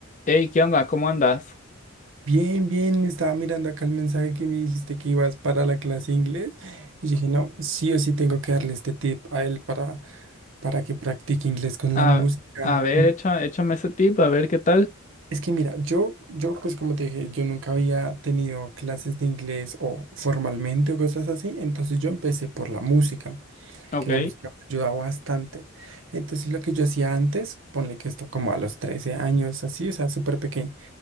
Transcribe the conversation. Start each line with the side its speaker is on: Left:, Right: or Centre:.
Left: Hey, ¿qué onda? ¿Cómo andas?
Right: Bien, bien, estaba mirando acá el mensaje que me dijiste que ibas para la clase de inglés y dije, no, sí o sí tengo que darle este tip a él para, para que practique inglés con
Left: A,
Right: la música.
Left: a ver,
Right: Mm,
Left: echa, échame ese tip, a ver qué tal.
Right: Es que mira, yo, yo pues como te dije, yo nunca había tenido clases de inglés o formalmente o cosas así, entonces yo empecé por la música,
Left: Ok,
Right: que la música me ayudaba bastante. Entonces lo que yo hacía antes, ponle que esto como a los 13 años, así, o sea, súper pequeño.